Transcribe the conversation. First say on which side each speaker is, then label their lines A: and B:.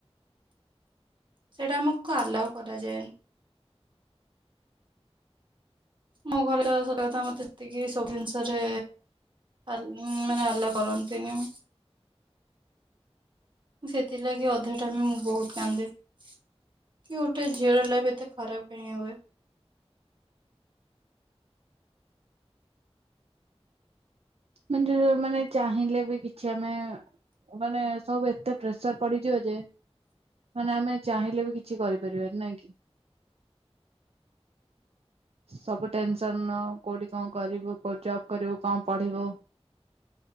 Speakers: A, on the right; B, on the right.
A: ସେଇଟା ଆମକୁ ଆଲାଉ କରାଯାଏନି ମୋ ଘରେ ସ କଥା ମତେ ଏତିକି ସବୁ ଜିନିଷରେ ମାନେ ଆଲା କରନ୍ତିନି। ସେଥିଲାଗି ଅଧା ଟାମ ମୁଁ ବହୁତ କାନ୍ଦେ, କି ଗୋଟେ ଝିଅର ଲାଇ ଏତେ ଖରାପ ହଁ ହୁଏ।
B: ମ ମାନେ ଚାହିଁଲେ ବି କିଛି ଆମେ ମାନେ ସବୁ ଏତେ ପ୍ରେସର ପଡିଯିବ, ଯେ ମାନେ ଆମେ ଚାହିଁଲେ ବି କିଛି କରିପାରିବାନି ନାଇଁ କି, ସବୁ ଟେନସନ କୋଉଠି କଣ କରିବୁ କୋଉଠି ଜବ କରିବୁ କଣ ପଢିବୁ